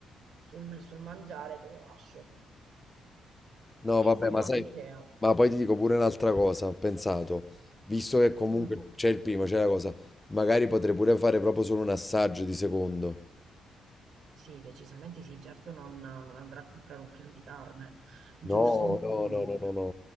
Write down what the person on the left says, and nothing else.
no,
vabbè,
ma
sai,
ma poi ti dico pure un'altra cosa. Ho pensato, visto che comunque
c'è il primo, c'è la cosa, magari potrei pure fare proprio solo un assaggio di secondo.
No,
no, no,
no, no, no.